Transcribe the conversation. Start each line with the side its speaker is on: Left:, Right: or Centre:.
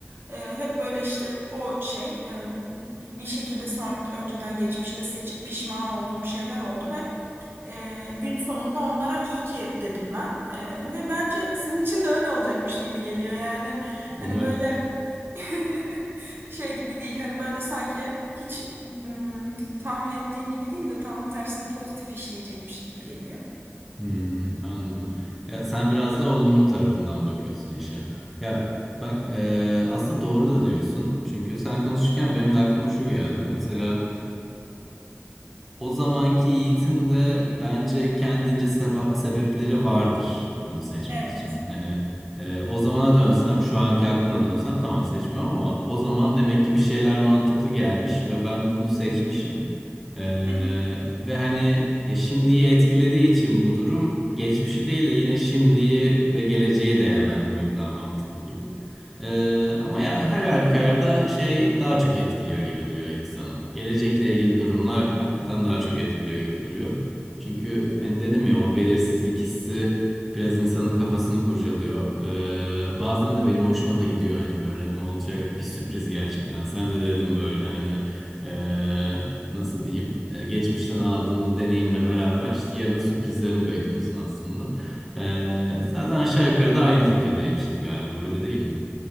Right: E, hep böyle işte o şey e, du- bir şekilde son, önceden geçmişte seçip pişman olduğum şeyler oldu ee, gün sonunda onlara iyi ki dedim ben. Ee, ve bence senin için de öyle olacakmış gibi geliyor yani.
Centre: Umarım.
Right: Hani böyle <laughs> Şey gibi değil hani böyle sanki hiç ım, tahmin ettiğin gibi değil de tam tersine pozitif işleyecekmiş gibi geliyor.
Centre: Hmm, anladım. Ya sen biraz da olumlu tarafından bakıyorsun işe. Ya bak e, aslında doğru da diyorsun. Çünkü sen konuşurken benim de aklıma şu geldi. Mesela o zamanki Yiğit'in de bence kendince seba- sebepleri vardır bunu seçmek
Right: Evet.
Centre: için. Hani e, o zamana dönsem, şu anki aklıma dönsem tamam seçmiyorum ama o zaman demek ki bir şeyler mantıklı gelmiş ve ben bunu seçmişim. E,
Right: <laughs>
Centre: ve hani ya şimdiyi etkilediği için bu durum geçmişi değil de yine şimdiyi ve geleceği değerlendirmek daha mantıklı gibi. Ee, ama ya her halükarda şey daha çok etkiliyor gibi duruyor insanı. Gelecekle ilgili durumlar hakikaten daha çok etkiliyor gibi duruyor. Çünkü hani dedim ya o belirsizlik hissi biraz insanın kafasını kurcalıyor. Ee, bazen de benim hoşuma da gidiyor hani böyle ne olacak bir sürpriz gerçekten. Sen de dedim böyle hani ee, nasıl diyeyim? Ee, geçmişten aldığın o deneyimle beraber işte yarının sürprizlerini bekliyorsun aslında. Ee, zaten aşağı yukarı da aynı fikirdeymişiz galiba öyle değil mi?